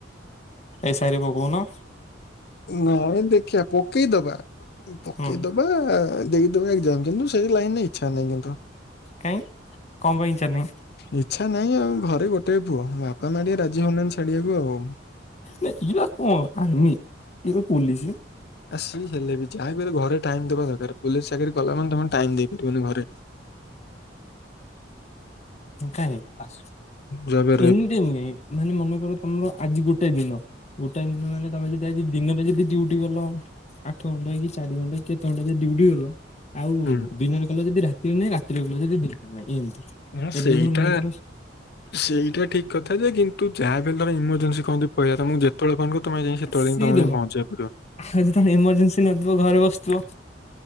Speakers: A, on the left; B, on the left.
A: ଏ ସାଇ ରେ ପକାଉନ।
B: ନାଇଁ ଦେଖିବା ପକେଇଦବା ପକେଇଦବା
A: ହୁଁ
B: ଆ ଦେଇଦବା ଏଜାମ କିନ୍ତୁ ସେଇ ଲାଇନ ଇଛା ନାହିଁ କିନ୍ତୁ।
A: କାହିଁ କଣ ପାଇଁ ଇଚ୍ଛା ନାହିଁ
B: ଇଚ୍ଛା ନାହିଁ ଆଉ ଘରେ ଗୋଟେ ପୁଅ। ବା ମାମା ଟିକେ ରାଜି ହଉନାହାନ୍ତି ଛାଡିବାକୁ ଆଉ।
A: ନା ଏ ବା କଣ ଆର୍ମି ଇଏପା ପୋଲିସ।
B: ଆ ସି ହେଲେ ବି ଯାହା ବିି ହେଲେ ଘରେ ଟାଇମ ଦେବା ଦରକାର ପୋଲିସ ଚାକିରି କଲା ମାନେ ତମେ ଟାଇମ ଦେଇପାରିବନି ଘରେ।
A: କାଇଁକି
B: ଯା ବେ।
A: ଏନି ଟାଇମ୍ କାଇଁ ମାନେ ମାନେକର ତମର ଆଜି ଗୋଟେ ଦିନ। ଗୋଟାଏ ଦିନ ମାନେ ତମେ ଯଦି ଆଜି ଦିନରେ ଯଦି ଡିୟୁ ଟି ଗଲ। ଆଠ ଘଣ୍ଟା କି ଚାରି ଘଣ୍ଟା କେତେ ଘଣ୍ଟା ଯଦି ଡି ୟୁ ଟି ଗଲ। ଆଉ
B: ହୁଁ
A: ଦିନରେ କଲ ଯଦି ରାତିରେ ନାହିଁ ରାତିରେ କଲ ଯଦି ଦିନନାହିଁ ଏମିତି।
B: ହଁ ସେଇଟା
A: ଏବେ ଧର ମନେକର
B: ସେଇଟା ଠିକ କଥା ଯେ କିନ୍ତୁ ଯାହା ବି ହେଲୋ ଇମର୍ଜେନ୍ସି କୁହନ୍ତି। ମୁଁ ତମକୁ ଯେତେବେଳେ ଫୋନ କରିବି ତମେ ଯାଇଁ ସେଟ୍ ତମ
A: ସିଏ ଦେଖ
B: ପହଞ୍ଚିବା ପାଇଁ ପଡିବ।
A: ଆଜି ତ ଏଇମରଜେନ୍ସି ନଥିବ ଘରେ ବସିଥିବ।